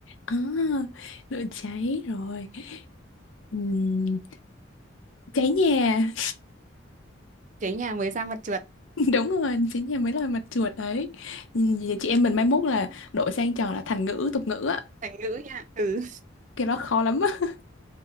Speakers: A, on the left; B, on the right.
A: à, lửa cháy rồi Ừm, cháy nhà
B: cháy nhà mới ra mặt chuột
A: <laughs> đúng rồi cháy nhà mới là mặt chuột đấy Ừm, vậy chị em mình mai mốt là đổi sang trò là thành ngữ tục ngữ á
B: thành ngữ nha ừ
A: cái đó khó lắm á